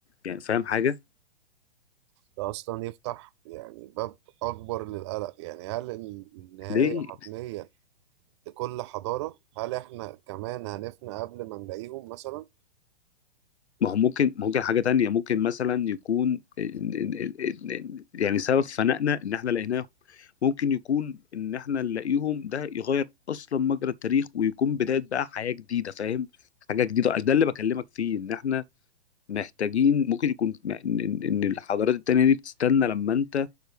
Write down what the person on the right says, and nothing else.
ده اصلا يفتح يعني باب اكبر للقلق يعني هل النهاية
حتمية لكل حضارة هل احنا كمان هنفنى قبل ما نلاقيهم مثلا